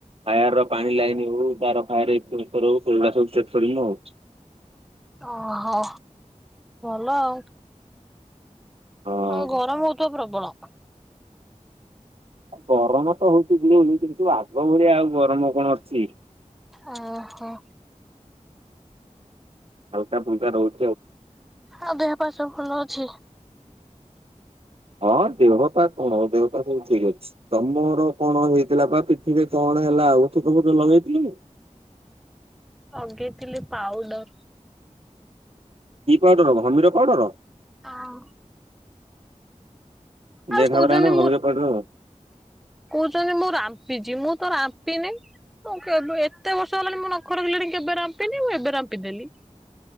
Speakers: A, on the right; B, in the centre.
A: ଫାୟାର ର ପାଣି ଲାଇନ ହଉ ତାର ଫାୟାର ସେନ୍ସର ହଉ ସେଗୁଡା ସବୁ ଚେକ କରିବୁ ଆଉ।
B: ଓହୋ ଭଲ ଆଉ।
A: ହଁ
B: ଆଉ ଗରମ ହଉଥିବ ପ୍ରବଳ।
A: ଗରମ ତ ହଉଛି ଗୁଳୁଗୁଳି କିନ୍ତୁ ଆଗ ଭଳିଆ ଆଉ ଗରମ କଣ ଅଛି?
B: ଓହୋ।
A: ହାଲକା ଫୁଲକା ରହୁଛି।
B: ଆଉ ଦେହ ପା ସବୁ ଭଲ ଅଛି।
A: ହଁ ଦେହ ପା କଣ ଦେହ ପା ସବୁ ଠିକ୍ ଅଛି। ତମର କଣ ହେଇଥିଲା ପା ପିଠିରେ କଣ ହେଲା ଆଉ ଓଷଧ ଫୁଷଧ ଲଗେଇଥିଲ କି।
B: ଲଗେଇଥିଲା ପାଉଡର।
A: କି ପାଉଡର ଘମୀର ପାଉଡର।
B: ହଁ
A: ଦେଖାବରା
B: ଆଉ କହୁଛନ୍ତି
A: ନା ଘମିର
B: ମୁଁ
A: ପାଉଡର।
B: କହୁଛନ୍ତି ମୁଁ ରାମ୍ପିଛି ମୁଁ ତ ରାମ୍ପିନି। ହଉ କେବେ ଏତେ ବର୍ଷ ହେଲାଣି ମୁଁ ନଖ ରଖିଲିଣୀ କେବେ ରାମ୍ପିନି ମୁଁ ଏବେ ରାମ୍ପିଦେଲି।